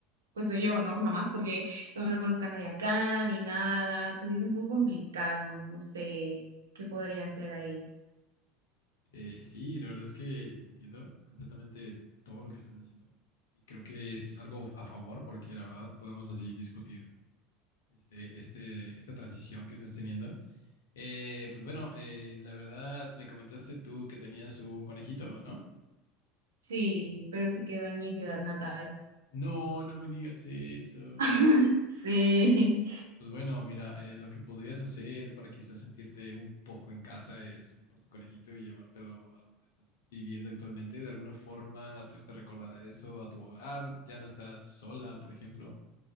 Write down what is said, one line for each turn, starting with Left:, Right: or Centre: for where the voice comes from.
Right: pues soy yo, ¿no? Nomás, porque yo no conozco a nadie acá ni nada, pues sí es un poco complicado, no sé qué podría hacer ahí.
Left: Eh, sí, la verdad es que te entiendo completamente todo lo que estás diciendo y creo que es algo a favor porque la verdad podemos así discutir este, este, esta transición que estás teniendo. Eh, pues bueno, eh, la verdad me comentaste tú que tenías un conejito, ¿no?
Right: Sí, pero se quedó en mi ciudad natal.
Left: No, no me digas eso.
Right: <laughs> Sí.
Left: Pues bueno, mira, eh, lo que podrías hacer para quizás sentirte un poco en casa es ir por tu conejito y llevártelo a donde estás viviendo actualmente. De alguna forma, pues te recordará eso a tu hogar. Ya no estarás sola, por ejemplo.